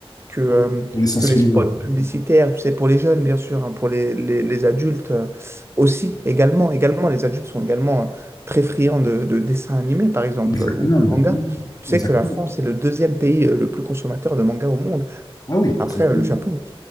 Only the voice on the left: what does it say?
Oui. Les sensibiliser.
Exactement,
exactement.
Exactement.
Ah oui,
ça m'étonne.